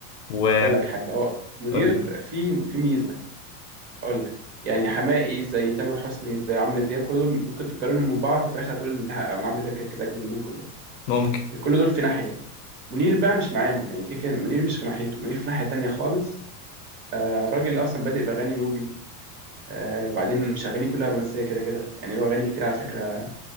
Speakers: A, on the left; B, on the right.
A: و
B: اقول لك حاجه هو منير
A: قول لي
B: في في ميزه اقول لك يعني حماقي زي تامر حسني زي عمرو دياب كل دول ممكن تقارنهم من بعض وفي الاخر هتقول ان ح- إن عمرو دياب كده كده اجمد منهم كلهم
A: ممكن
B: يعني كل دول في ناحيه منير بقى مش معاهم يعني كده كده منير مش في ناحيته منير في ناحيه تانية خالص آه راجل اصلا بادئ باغاني نوبي آه وبعدين مش اغانيه كلها رومانسيه كده كده يعني له اغاني كتير على فكره